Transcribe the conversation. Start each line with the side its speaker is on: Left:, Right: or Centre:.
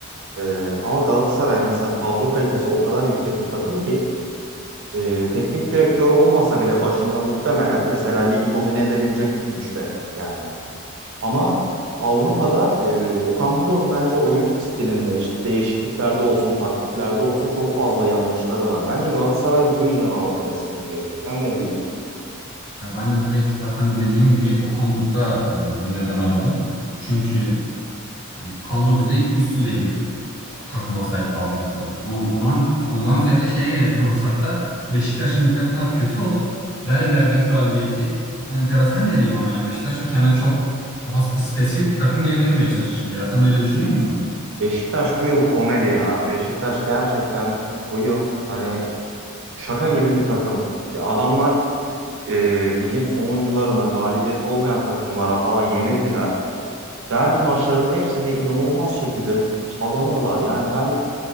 Right: E, ama Galatasaray mesela kadro kalitesi o kadar yüksek bir takım ki e, teknik direktör olmasa bile başında muhtemelen mesela ligi domine edebilecek güçte yani. Ama Avrupa'da e, Okan Buruk'un bence oyun stilinde işte değişikliklerde olsun, taktiklerde olsun çok fazla yanlışları var. Bence Galatasaray bu yüzden Avrupa'da sıkıntı yaşıyor. Sen ne diyorsun?
Left: Ya ben de direkt zaten dediğim gibi Okan Buruk'ta e, bir neden aradım. Çünkü yani kadro düzeyi üst düzey bir takıma sahip Galatasaray. Ama ondan ondan ziyade şeye gelecek <laughs> olursak da Beşiktaş'ın ligde bu kadar kötü olup derbilerdeki galibiyeti enteresan geliyor bana ya. Beşiktaş da kendine çok has bir spesifik bir takım diyebilirim Beşiktaş için de ya. Sen de öyle düşünüyor musun?
Right: Beşiktaş bu yıl komedi ya. Beşiktaş gerçekten bu yıl hani şaka gibi bir takım. Ya adamlar e, ligin sonuncularına, galibiyet olmayan takımlara falan yenildiler. Derbi maçlarının hepsini inanılmaz şekilde kazanıyorlar. Yani ben